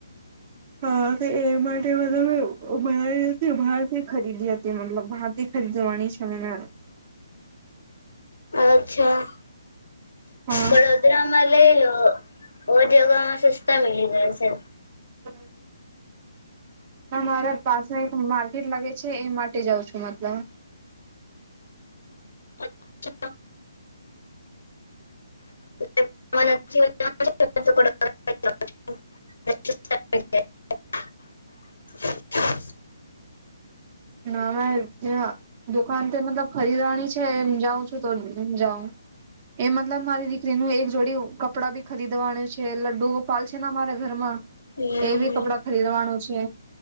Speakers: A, on the right; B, on the left.
A: હા તો એ માટે બધા માં એવો ઓ બરાઈ હતી બહારથી ખરીદી હતી મતલબ બહારથી ફરી જોવાની છે મને
B: અચ્છા.
A: હા
B: વડોદરામાં લઈ લો ઓ જગામાં સસ્તા મીલી જશે.
A: <inaudible> ના મારે પાસે એક માર્કેટ લાગે છે એ માટે જાઉ છું. તેમ આટલા
B: ચ <inaudible>
A: ના મેં ઝા દુકાન તો મતલબ ખરીદવાની છે એમ જાઉં છું તો જાઉં એ મતલબ મારી દીકરીનું એક જોડી કપડાં બી ખરીદવાનું છે લડ્ડુ ગોપાલ છે ને મારા ઘરમાં
B: હમ
A: એ બી કપડા ખરીદવાનું છે